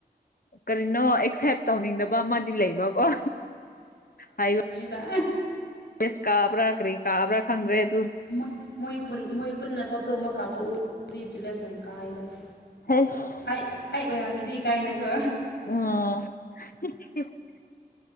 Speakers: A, on the left; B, on the left.
A: ꯀꯔꯤꯅꯣ ꯑꯦꯛꯁꯦꯞ ꯇꯧꯅꯤꯡꯗꯕ ꯑꯃꯗꯤ ꯂꯩꯕ ꯑꯣ ꯍꯥꯏ
B: ꯇ
A: ꯁ ꯀꯥꯕꯥꯈꯔꯤ ꯀꯥꯕ ꯔꯥ ꯈꯪꯒ꯭ꯔꯦ ꯇꯨ
B: ꯃꯣꯏ ꯃꯣꯏ ꯄꯨꯟꯅ ꯐꯣꯇꯣ ꯑꯃ ꯀꯥꯞꯄ ꯎꯔꯗꯤ ꯆꯜꯂꯁꯦ ꯀꯥꯏꯗꯅ
A: ꯍꯁ
B: ꯑꯩ ꯑꯩ ꯑꯣꯏꯔꯝꯃꯗꯤ ꯀꯥꯏꯅꯈꯣ
A: ꯑꯣ <unintelligible>